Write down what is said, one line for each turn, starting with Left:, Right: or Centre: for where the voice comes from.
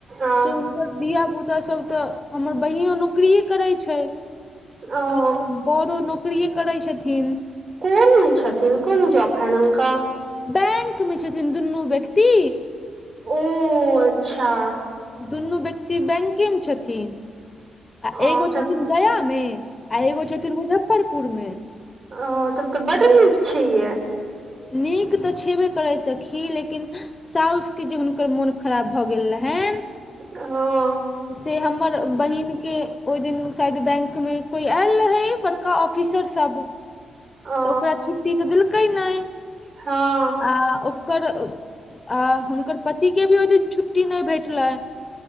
Right: ओ
Left: से हुनकर धियापुता सब तऽ हमर बहिनो नौकरिये करै छै
Right: ओ
Left: आ बड़ नौकरिये करै छथिन
Right: कोनमे छथिन कोन जाॅप हनि हुनका
Left: बैंक मे छथिन दुनू व्यक्ति
Right: ओ अच्छा
Left: दुनू व्यक्ति बैंके मे छथिन आ
Right: ओ
Left: एगो
Right: तब
Left: छथिन गया मे आ एगो छथिन मुजफ्फरपुर मे
Right: ओ तब तऽ बड्ड नीक छै ये
Left: नीक तऽ छेबे करै सखी लेकिन साउसके जे हुनकर मोन खराब भऽ गेल रहैन
Right: हँ
Left: से हमर बहिन के ओहि दिन शायद बैंकमे कोइ आयल रहै बर का ऑफिसर सब
Right: ओ
Left: तऽ ओकरा छुट्टी तऽ देलकै नहि
Right: हँ
Left: आ ओकर आ हुनकर पति के भी ओ दिन छूट्टी छुट्टी नहि भेठले